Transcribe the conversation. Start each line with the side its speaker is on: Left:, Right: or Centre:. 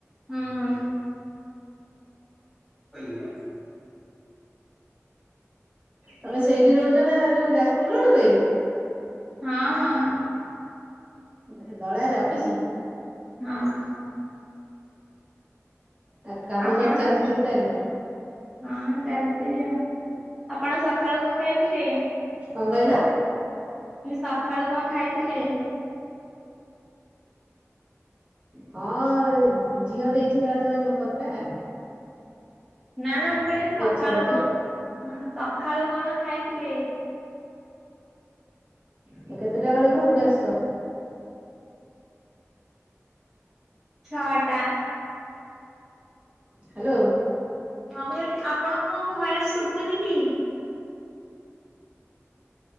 Centre: ହଁ। <unintelligible>
Right: ତମେ ସେଇଠି ରହୁଛ ନା ଯୋଉ ଯାଜପୁର ରୋଡରେ?
Centre: ହଁ- ହଁ।
Right: ନାଇଁ ଦଳାରେ ଅଫିସ୍
Centre: ହଁ।
Right: ଆଉ କାମ
Centre: ଆପଣ
Right: ସବୁ ଚାଲିଚି ଠିକ୍ ଠାକ୍?
Centre: ହଁ ଚାଲିଛି ଆଉ, ଆପଣ ସକାଳୁ କଣ ଖାଇ ଥିଲେ,
Right: କଣ କହିଲ?
Centre: ସକାଳୁ କଣ ଖାଇଥିଲେ?
Right: ହଁ ଝିଅ ଦେଇଥିଲା ତ ଏଇ ନମ୍ବରଟା।
Centre: ନାଁ - ନାଁ ମୁଁ କିହିଲି ସକାଳୁ
Right: ଅଛ ବୋଧେ।
Centre: କଣ ସଖାଳୁ କଣ ଖାଇଥିଲେ?
Right: ଆଉ କେତେଟା ବେଳେ ଘରକୁ ଆସୁଛ?
Centre: ଛଅ ଟା।
Right: ହ୍ୟାଲୋ।
Centre: ହଁ- ମୁଁ କହିଲି ଆପଣଙ୍କୁ ମୋ ଭଏସ ଶୁଭୁନି କି?